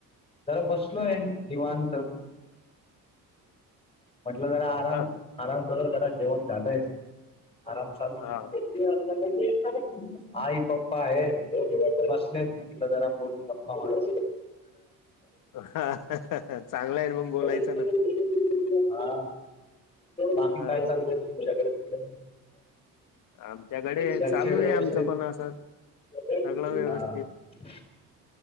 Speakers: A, on the left (about 15°); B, on the left (about 70°).
A: जरा बसलोय निवांत.
B: <unintelligible>
A: म्हटलं जरा
B: हो
A: आराम
B: का
A: आराम करून जरा जेवण झालंय आराम चालू
B: हा
A: आहे. आई पप्पा आहेत.
B: हो
A: बसलेत म्हटलं जरा बोलू गप्पा मारू.
B: ह चांगलं आहे मग बोलायचं
A: हा
B: ना.
A: बाकी
B: हा
A: काय चालत तू माझ्याकडे तिकडे.
B: आमच्याकडे
A: घरचे
B: चालू आहे
A: व्यवस्थित
B: आमचं पण असं.
A: हा
B: सगळं व्यवस्थित
A: ां आहे